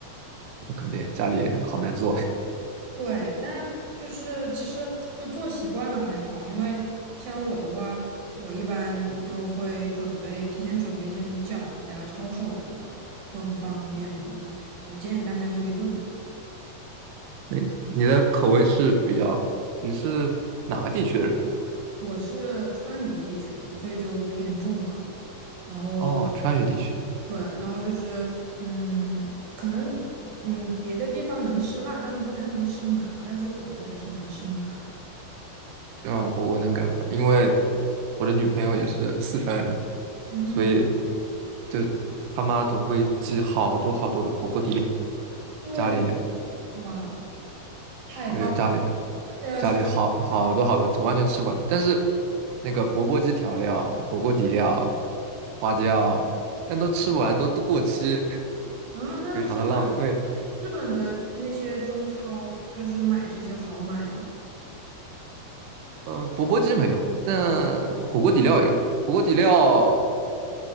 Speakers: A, on the right; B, on the right.
A: 那肯定家里好难做。<laughs>
B: 对，但就是其实就做习惯了还好，因为像我的话，我一般就会准备提前准备一些什么饺子呀、抄手什么的，就很方便嘛，就呃简简单单又一顿。
A: 哎，你的口味是比较，你是哪个地区的人？
B: 我是川渝地区的，所以就偏重口，然后
A: 哦，川渝地区。
B: 对，然后就是嗯，可能嗯别的地方能吃辣，但不太能吃麻，但是我们就还挺能吃麻，
A: 嗯，我我能感受到，因为我的女朋友也是四川人，
B: 嗯，
A: 所以就他妈总会寄好多好多的火锅底料，
B: 对，
A: 家里，
B: 哇哦，太棒了！
A: 而且家里
B: 现在是
A: 家里好好多好多，完全吃不完。但是那个钵钵鸡调料、火锅底料、花椒，但都吃不完，都都过期，
B: 啊，
A: <laughs>
B: 那日本
A: 非常的浪费。
B: 日本的那些中超就是买这些好买吗？
A: 嗯、钵钵鸡没有，但火锅底料有。火锅底料